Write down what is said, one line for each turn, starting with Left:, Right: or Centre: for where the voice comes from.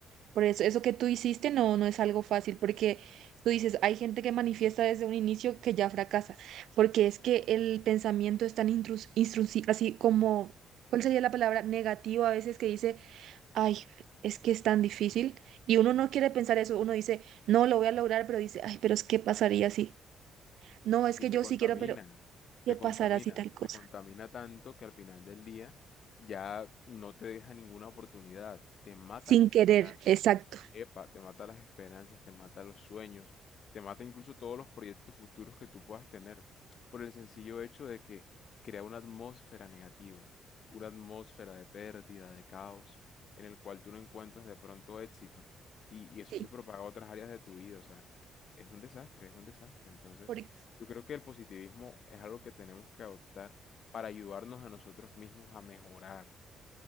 Right: Por eso, eso que tú hiciste no, no es algo fácil, porque tú dices, hay gente que manifiesta desde un inicio que ya fracasa, porque es que el pensamiento es tan intrus- instrusi- así como, ¿cuál sería la palabra? Negativo a veces que dice, ay, es que es tan difícil. Y uno no quiere pensar eso, uno dice, no, lo voy a lograr, pero dice, ay, pero es que pasaría así. No, es
Left: Y
Right: que
Left: te
Right: yo
Left: contamina,
Right: sí quiero, pero
Left: te
Right: ¿qué pasará
Left: contamina,
Right: si tal cosa?
Left: te contamina tanto que al final del día ya no te deja ninguna oportunidad, te mata
Right: Sin
Left: las esperanzas.
Right: querer, exacto,
Left: Epa, te mata las esperanzas, te mata los sueños, te mata incluso todos los proyectos futuros que tú puedas tener, por el sencillo hecho de que crea una atmósfera negativa, una atmósfera de pérdida, de caos, en el cual tú no encuentras de pronto éxito. Y, y eso
Right: sí,
Left: se propaga a otras áreas de tu vida, o sea, es un desastre, es un desastre. Entonces,
Right: porque,
Left: yo creo que el positivismo es algo que tenemos que adoptar para ayudarnos a nosotros mismos a mejorar.